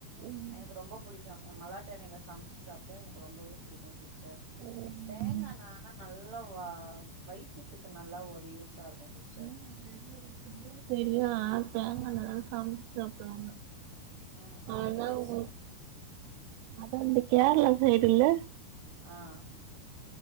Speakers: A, on the right (about 85°); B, on the right (about 50°).
A: ம்
B: எனக்கு ரொம்ப பிடிக்கும் என் மலாட்டு எண்ணெயில சம சமைச்சு சாப்பிட்டா எனக்கு ரொம்பவே பிடிக்கும் சிஸ்டர்
A: ம்
B: தேங்கா
A: ம்
B: எண்ணெ ஆனா நல்லா வா வைத்தியத்துக்கு நல்லா ஒரு யூஷா இருக்கு சிஸ்டர்
A: ஆஹ் நிறைய இருக்குல்லாம் தெரியும் ஆளுக்கங்க தேங்காஎண்ணெ சமைச்சு சாப்பிடுவாங்க
B: ம் புரியுதுங்க
A: ஆதான்
B: சிஸ்டர்
A: உ அத வந்து கேரளா சைடு இல்ல
B: ஆஹ்